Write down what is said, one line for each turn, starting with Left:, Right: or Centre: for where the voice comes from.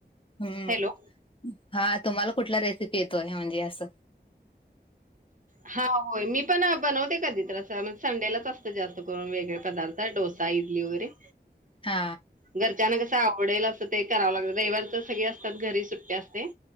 Left: हम्म
Right: हॅलो
Left: हा तुम्हाला कुठला रेसिपी येतोय म्हणजे असं-
Right: हा होय मी पण बनवते कधी तर असं म संडेलाच असतं जास्त करून वेगळे पदार्थ- त डोसा, इडली वगैरे-
Left: हा
Right: घरच्यांना कसं आवडेल असं ते करावं लागत रविवार तर सगळे असतात घरी सुट्टी असते.